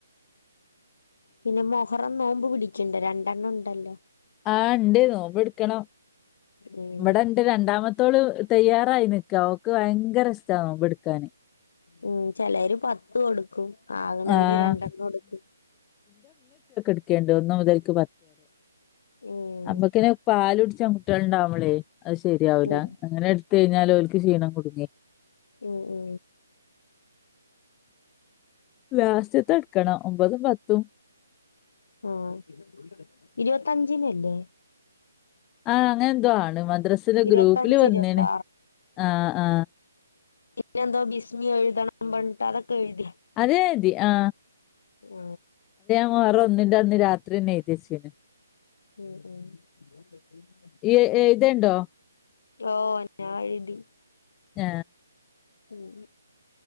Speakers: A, on the left; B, on the left.
A: പിന്നെ മൊഹറം നോമ്പ് പിടിക്കണ്ട് രണ്ടെണ്ണം ഉണ്ടല്ലോ
B: ആ ഉണ്ട് നോമ്പ് പിടുക്കണം
A: ഉം
B: ഇവിടെണ്ട് രണ്ടാമത്തോള് തയ്യാറായി നിക്ക അവക്ക് ഭയങ്കര ഇഷ്ട്ട നോമ്പ് എടുക്കാന് <unintelligible>
A: ഉം ചിലര് പത്തും എടുക്കും ആകണവര്
B: ആഹ്
A: രണ്ടെണ്ണം എടുക്കും
B: ണ്ട് ഒന്ന മുത <inaudible>
A: ഉം
B: അമ്മക്കനെ പാല പിടിച്ച കുുട്ടികള ഉണ്ടാവമ്മളെ അത് ശരിയാവല
A: ഉം
B: അങ്ങനെ എടുത്ത കഴിഞ്ഞാല് അവലക്ക് ക്ഷീണം കുടുങ്ങി
A: ഓ ഓ
B: ലാസ്റ്റ് ത്തെ ടുക്കണ ഒമ്പതും പത്തും
A: ആഹ് ഇരുപത്തഞ്ചിനല്ലേ
B: ആ അങ്ങനെ എന്തോ ആണ് മദ്രാസിന്റെ
A: ഇരുപത്തഞ്ച്
B: ഗ്രൂപ്പില് വന്നേന
A: ഇരുപത്തി
B: ആ ആ
A: ഇന്നെന്തോ ബസ്മി എഴുതണം ബട്ട അതക്ക എഴുതി
B: അതെ ഇതി ആ
A: ആ
B: ആ വറെ ഒന്നിന്റെ അന്ന് രാത്രിന്നെ ഴതദേച്ചീന്
A: ഉം ഉം
B: ഇയ്യ് എഴുതേണ്ടോ
A: ഓ ഞാരിതി
B: ആ
A: ഉം